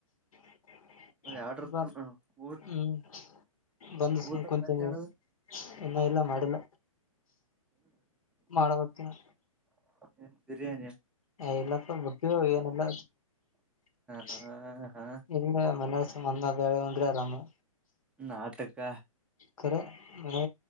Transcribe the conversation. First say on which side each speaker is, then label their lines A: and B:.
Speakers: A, on the left; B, in the centre.
A: <inaudible>
B: ಎರಡರ
A: ಬಾ
B: ತನ ಊಟ
A: ಹ್ಮ್ ಬಂದು ಸುಮ್
B: ಊಟ
A: ಕುಂತನೆ
B: ಮತ್ತೇನದು
A: ಇನ್ನೂ ಇಲ್ಲ ಮಾಡಿಲ್ಲ ಮಾಡುವತ್ತಿನಿ.
B: ಏನ್ ಬಿರಿಯಾನಿ.
A: ಹೇ ಇಲ್ಲಪ್ಪ ಗೊತ್ತಿರೋರು ಏನಿಲ್ಲ <unintelligible>
B: ಹ ಹ
A: ಹಿಂದೆ ಮನೆ <unintelligible> ಅನ್ನ ಬೆೇಳೆ ಉಂಡ್ರೆ ಆರಾಮು.
B: ನಾಟಕ
A: ಕರೆ ಹೇ